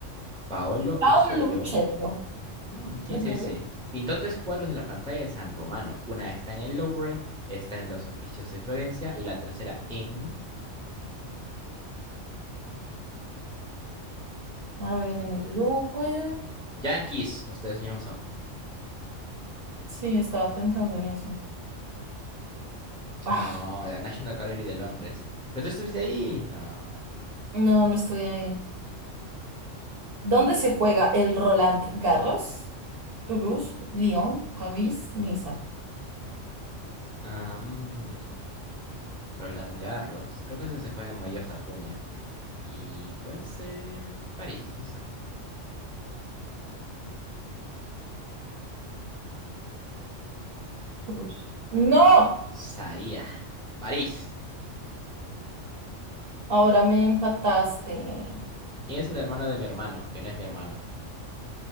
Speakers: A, in the centre; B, on the right (about 55°).
A: Paolo
B: Paolo
A: Usello.
B: Uccello.
A: Mm, ¿quién
B: Ujú.
A: es ese? Pintó tres cuadros de la pantalla de San Romano. Una está en el Louvre, está en los oficios de Florencia y la tercera en
B: A ver, en el Louvre.
A: Yankees. Ustedes mismos son.
B: Sí, estaba pensando en eso. Ah,
A: No, la National Gallery de Londres. ¿Pero tú estuviste ahí? No.
B: no, no estoy ahí. ¿Dónde se juega el Roland Garros? Toulouse, Lyon, París, Niza.
A: Ah, mm, Roland Garros. Creo que eso se juega en mayo hasta junio. Y pues eh, París, no sé.
B: Toulouse. ¡No!
A: Sabía. París.
B: Ahora me empataste.
A: ¿Quién es el hermano de mi hermano? Que no es mi hermano.